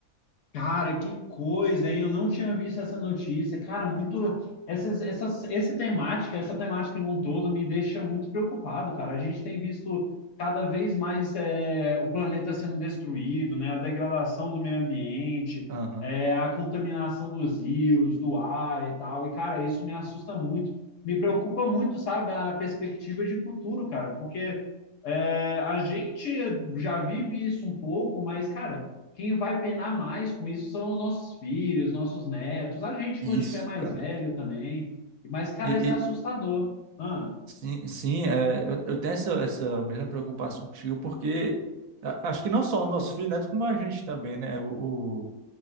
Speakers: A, on the left (about 65°); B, on the right (about 70°).
A: Cara, que coisa, hein? Eu não tinha visto essa notícia. Cara, muito. Essas, essas, esse temática, essa temática num todo me deixa muito preocupado, cara. A gente tem visto cada vez mais é, o planeta sendo destruído, né? A degradação do meio ambiente,
B: Aham.
A: é, a contaminação dos rios, do ar e tal. E, cara, isso me assusta muito. Me preocupa muito, sabe, a perspectiva de futuro, cara, porque é, a gente já vive isso um pouco, mas, cara. Quem vai penar mais com isso são os nossos filhos, nossos netos, a gente quando
B: Isso,
A: tiver mais
B: cara.
A: velho também. Mas, cara,
B: E,
A: isso é
B: e-
A: assustador. Ah,
B: sim, sim é, eu, eu tenho essa, essa mesma preocupação contigo, porque a- acho que não só os nossos filhos netos, como a gente também, né? O, o-